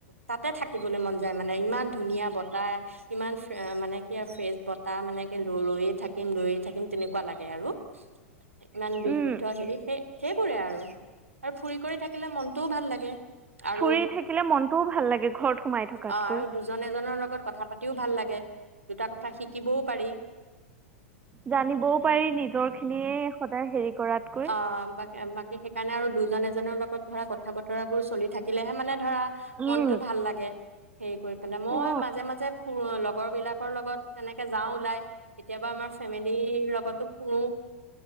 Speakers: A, on the right; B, on the right.
A: তাতে থাকিবলৈ মন যায় মানে ইমান। ধুনীয়া বতাহ ইমান ফ্ৰে এ মানে কি আৰু ফ্ৰেচ বতাহ মানে ৰৈয়ে থাকিম ৰৈয়ে থাকিম তেনেকুৱা লাগে আৰু ইমান বিশুদ্ধ
B: উম
A: হেৰি সেই সেইবোৰে আৰু আৰু ফুৰি কৰি থাকিলে মনটোও ভাল লাগে আৰু
B: ফুৰি থাকিলে মনটোও ভাল লাগে ঘৰত সোমাই থকাতকৈ
A: অ আৰু দুজন এজনৰ লগত কথা পাতিও ভাল লাগে দুটা কথা শিকিবও পাৰি
B: জানিবও পাৰি নিজৰ খিনি এই সদায় হেৰি কৰাতকৈ
A: অ বাক এ বাকী সেইকাৰণে আৰু দুজন এজনৰ লগত ধৰা কথা বতৰা বোৰ চলি থাকিলেহে মানে। ধৰা
B: উম
A: মনটো ভাল লাগে হেৰি কৰি পেলাই মই
B: অ
A: মাজে মাজে ফুৰোঁ অলপ লগৰ বিলাকৰ লগত তেনেকে যাওঁ ওলাই কেতিয়াবা আমাৰ ফেমিলিৰ লগতো ফুৰো